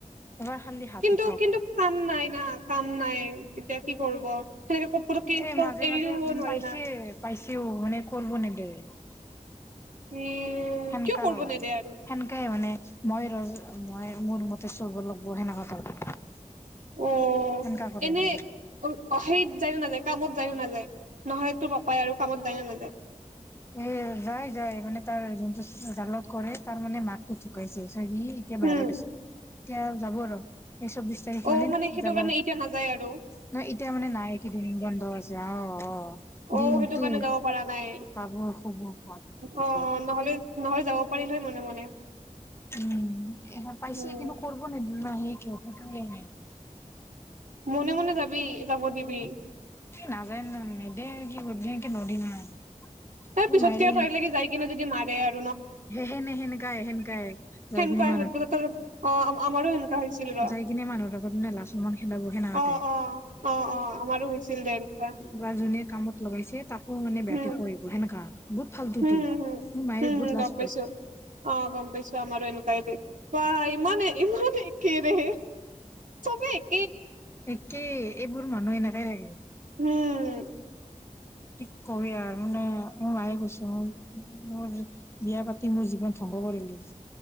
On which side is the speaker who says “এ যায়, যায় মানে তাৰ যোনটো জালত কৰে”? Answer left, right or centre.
Left